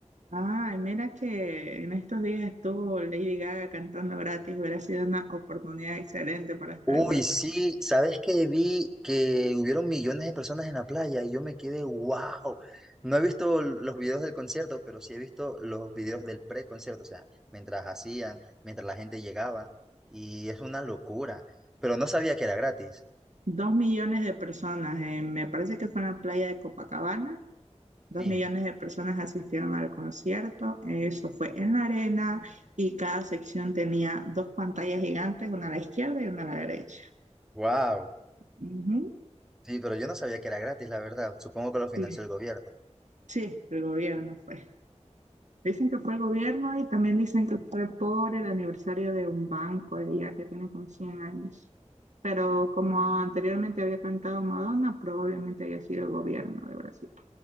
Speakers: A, on the right; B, in the centre.
A: Ay, mira que en estos días estuvo Lady Gaga cantando gratis. Hubiera sido una oportunidad excelente para estar
B: Uy,
A: en Brasil.
B: sí, ¿sabes que Vi que hubieron millones de personas en la playa y yo me quedé, wow. No he visto l- los videos del concierto, pero sí he visto los videos del pre-concierto, o sea, mientras hacían, mientras la gente llegaba. Y es una locura. Pero no sabía que era gratis.
A: Dos millones de personas, eh, me parece que fue en la playa de Copacabana. Dos
B: Sí,
A: millones de personas asistieron al concierto. Eso fue en la arena y cada sección tenía dos pantallas gigantes, una a la izquierda y una a la derecha.
B: wow.
A: Ujú.
B: Sí, pero yo no sabía que era gratis, la verdad. Supongo que lo financió
A: Sí,
B: el gobierno.
A: sí, el gobierno fue. Dicen que fue el gobierno y también dicen que fue por el aniversario de un banco de allá que tiene como 100 años. Pero como anteriormente había cantado Madonna, probablemente haya sido el gobierno de Brasil.